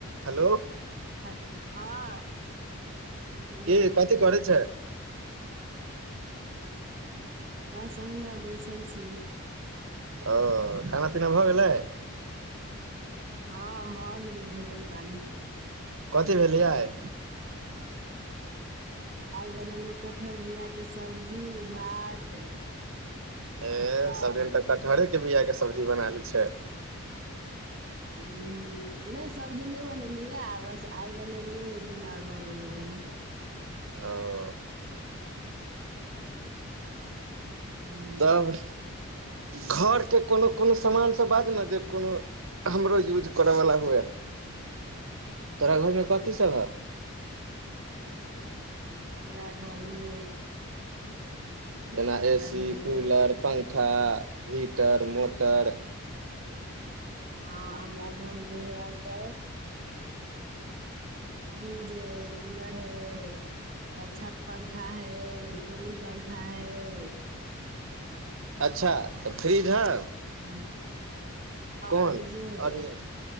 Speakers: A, on the right (about 65°); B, on the right (about 40°).
A: Hello!
B: ह, हँ बोलू
A: के कथी करेै छै?
B: बस अहिना बैसल छी।
A: ओ खाना-पीना भऽ गेलै?
B: हँ भऽ गेलै भोजन-पानी
A: कथी भेलै आइ?
B: आइ बनेलियै कटहर बिआके सब्जी, भात
A: ए
B: अचार
A: सब दिन
B: उ
A: तँ कटहरेके बिआके सब्जी बना ले छियै
B: ह <inaudible> हू हू, ने सभ दिन ने बनेलियै आ बस आइ बनेलियै एक दिन ओर बनेने रहियै
A: ओ
B: हूॅं
A: तब घरके कोनो कोनो सामान सब बाज ने जे कोनो हमरो यूज करऽ वला हुअए तोरा घरमे कथी सभ हउ?
B: हमरा घरमे
A: जेना
B: हमरा
A: एसी,
B: घरमे
A: कूलर, पंखा, हीटर, मोटर
B: हँ हमरा घरमे <unintelligible> फ्रिज है, कूलर हैय अ छत पंखा हैय, टेबुल पंखा हैय
A: अच्छा तऽ फ्रीज हौ?
B: हँ
A: कोन?
B: फ्रिजे
A: <unintelligible>
B: है